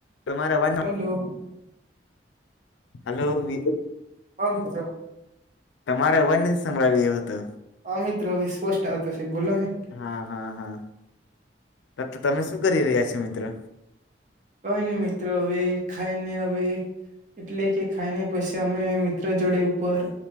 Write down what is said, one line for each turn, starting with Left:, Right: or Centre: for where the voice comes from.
Left: તમાર અવાજ
Right: હલો
Left: હલો વિકુ
Right: હા મિત્ર
Left: તમારે અવાજ નથી સંભળાયી રહ્યો હતો.
Right: હા મિત્ર વિશપોસ્ટ આવતો છે. બોલો ને
Left: હા હા હા તમે શું કરી રહ્યા છો મિત્રો?
Right: કઈ ની મિત્રો અવે ખાય ને અવે એટલે કે ખાઈને પછી અમે મિત્ર જોડે ઉપર